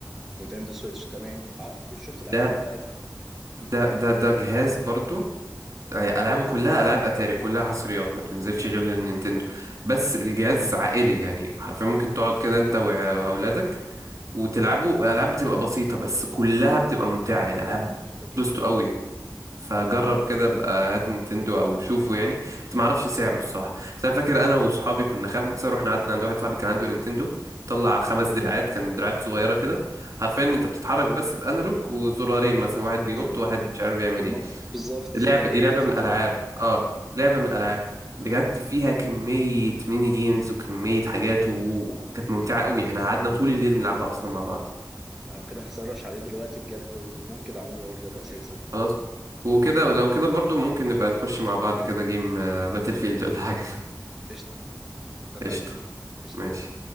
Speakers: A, in the centre; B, on the right.
A: نينتندو سويتش تمام آه، شفت الإعلان
B: ده
A: بتاعتها
B: ده ده ده جهاز برضو آه، العابه كلها العاب اتاري كلها حصريات ما بتنزلش غير للنينتندو بس الجهاز عائلي يعني حرفيا ممكن تقعد كده انت واولادك وتلعبوا العاب بتبقى بسيطه بس كلها بتبقى ممتعه يعني العاب
A: تحفة جدا
B: بوستو قوي فجرب
A: مم،
B: كده بقى هات نينتندو او شوفه يعني بس ما اعرفش سعره الصراحه بس انا فاكر انا واصحابي كنا خمسه رحنا قعدنا عند واحد صاحبي كان عنده نينتندو طلع
A: تمام
B: خمس دراعات كان دراعات صغيره كده حرفيا انت بتتحرك بس بانالوج وزرارين مثلا واحد بينط
A: وزرين
B: وواحد مش عارف بيعمل ايه
A: ما- بالظبط
B: اللعبه
A: فهي
B: دي لعبه
A: نينتندو
B: من الالعاب
A: القديم
B: اه لعبه من الالعاب بجد فيها كمية ميني جيمز وكمية حاجات وكانت ممتعة قوي احنا قعدنا طول الليل نلعبها أصلا مع بعض
A: أنا لو كده هسرش عليه دلوقتي بجد وممكن أعمله أوردر أساسا
B: خلاص وكده لو كده برضو ممكن نبقى نخش مع بعض كده جيم باتل فيلد ولا حاجة
A: قشطة اتفقنا
B: <laughs> قشطة
A: قشطة
B: ماشي